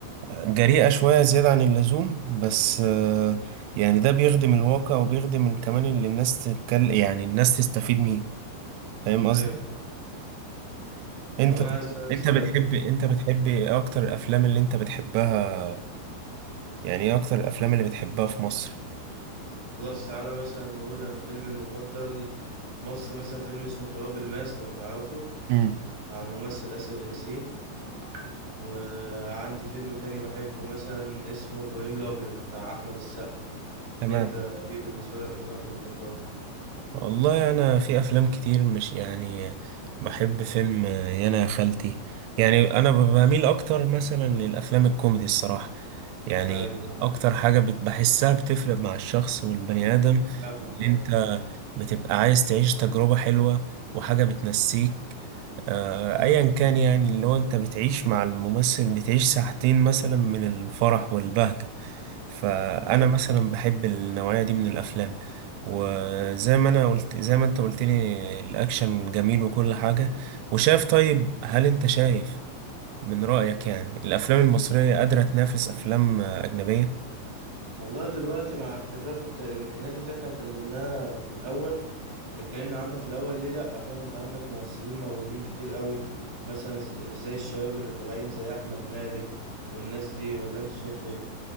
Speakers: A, on the right; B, on the right.
A: جريئة شوية زيادة عن اللزوم بس آه، يعني ده بيخدم الواقع وبيخدم ال- كمان اللي الناس تتكلم يعني الناس تستفيد منه فاهم قصدي
B: ايوه
A: انت
B: طب انا عايز اسالك
A: انت
B: سؤال
A: بتحب
B: بقى
A: انت بتحب ايه اكتر الافلام اللي انت بتحبها يعني ايه اكتر الافلام اللي بتحبها في مصر
B: خلاص تعالى مثلا نقول انا فيلمي المفضل مصري مثلا فيلم اسمه تراب الماس لو تعرفه
A: امم
B: بتاع الممثل آسر ياسين وعندي فيلم تاني بحبه مثلا اسمه ابراهيم الابيض بتاع احمد السقا
A: تمام
B: انت ايه بالنسبه لك افلامك المفضله
A: والله انا في افلام كتير مش يعني بحب فيلم يانا يا خالتي يعني انا ب- بميل اكتر مثلا للافلام الكوميدي الصراحه يعني
B: ايوه فاهم
A: اكتر حاجه بت- بحسها بتفرق مع الشخص والبني ادم
B: فاهمك
A: ان
B: اه
A: انت بتبقى عايز تعيش تجربه حلوه وحاجه بتنسيك آه، ايا كان يعني اللي هو انت بتعيش مع الممثل بتعيش ساعتين مثلا من الفرح والبهجه فانا
B: أيوة.
A: مثلا بحب النوعيه دي من الافلام وزي ما انا قلت زي ما انت قلت لي الاكشن جميل وكل حاجه وشايف طيب هل انت شايف من رايك يعني الافلام المصريه قادره تنافس افلام آه، اجنبيه
B: والله دلوقتي مع اختفاء الك- الامكانيات اللي احنا كلمناها في الاول اتكلمنا عنه في الاول ليه لا فاهم انت عندك ممثلين موهوبين كتير قوي مثلا ز- زي الشباب اللي طالعين زي احمد مالك والناس دي ولا انت شايف ايه